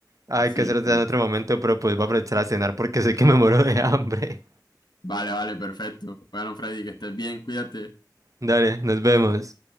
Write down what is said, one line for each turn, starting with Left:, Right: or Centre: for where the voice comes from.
Right: Hay
Left: Sí,
Right: que hacerlo
Left: sí.
Right: en otro momento, pero pues voy a aprovechar a cenar porque sé que me muero de hambre.
Left: Vale, vale, perfecto. Bueno, Freddy, que estés bien, cuídate.
Right: Dale, nos vemos.